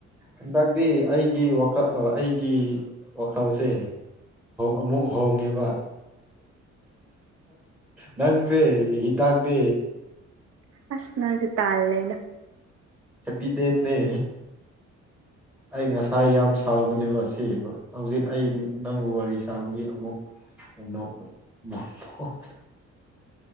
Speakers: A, in the centre; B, on the right.
A: ꯍꯟꯗꯛꯇꯤ ꯑꯩꯒꯤ ꯋꯥꯈꯜ ꯑꯩꯒꯤ ꯋꯥꯈꯜꯁꯦ ꯑꯃꯨꯛ ꯍꯣꯡꯉꯦꯕ ꯅꯪꯁꯦ ꯍꯤꯗꯥꯛꯅꯦ
B: ꯑꯁ ꯅꯪꯁꯦ ꯇꯜꯂꯦꯗꯥ!
A: ꯍꯦꯄꯤꯗꯦꯟꯠꯅꯦ ꯑꯩ ꯉꯁꯥꯏ ꯌꯥꯝ ꯁꯥꯎꯕꯅꯦꯕꯥ ꯑꯁꯦ ꯍꯧꯖꯤꯛ ꯑꯩ ꯅꯪꯕꯨ ꯋꯥꯔꯤ ꯁꯥꯕꯒꯤ ꯑꯃꯨꯛ <unintelligible>